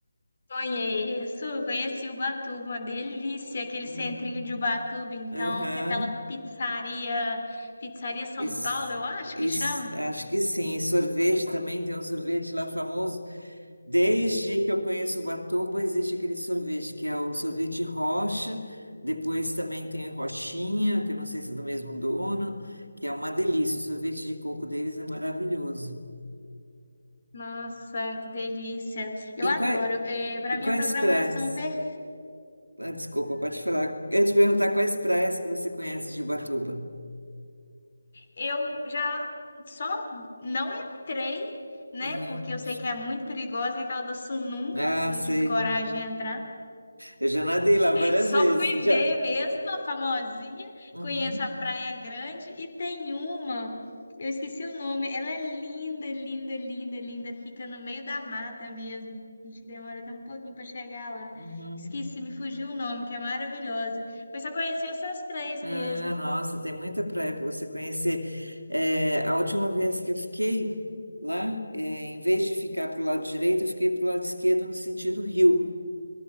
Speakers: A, on the left; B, on the right.
A: Conheço, conheci Ubatuba, uma delícia, aquele
B: Hum,
A: centrinho de Ubatuba, então,
B: aham.
A: com aquela pizzaria, Pizzaria São
B: Isso,
A: Paulo, eu acho
B: isso,
A: que chama.
B: acho que sim. E sorvete também, tem um sorvete lá famoso. Desde que eu conheço Ubatuba, existe aquele sorvete, que é o sorvete Rocha. Depois também tem Roxinha, que eu não sei se é do mesmo dono, que é uma delícia. O sorvete de coco deles é maravilhoso.
A: Nossa, que delícia. Eu
B: E,
A: adoro.
B: qua-
A: É, para
B: e
A: minha
B: quais
A: programação
B: praias?
A: perfeita.
B: Ah, desculpa, pode falar. Eu ia te perguntar quais praias que você conhece de Ubatuba.
A: Eu já só não entrei, né?
B: Aham.
A: Porque eu sei que é muito perigosa, que é aquela da sununga,
B: Ah,
A: não
B: sei.
A: tive coragem de entrar.
B: Eu já nadei lá várias
A: Só
B: vezes.
A: fui
B: Já.
A: ver mesmo, a famosinha.
B: Uhum,
A: Conheço a Praia Grande e tem uma, eu esqueci o nome, ela é linda, linda, linda, linda, fica no meio da mata mesmo. A gente demora até um pouquinho para chegar lá.
B: uhum.
A: Esqueci, me fugiu o nome, que é maravilhosa. Mas só conheci essas três
B: Ah,
A: mesmo.
B: nossa, tem muita praia para você conhecer. É, a última vez que eu fiquei lá, é, em vez de ficar para o lado direito, eu fiquei para o lado esquerdo no sentido rio.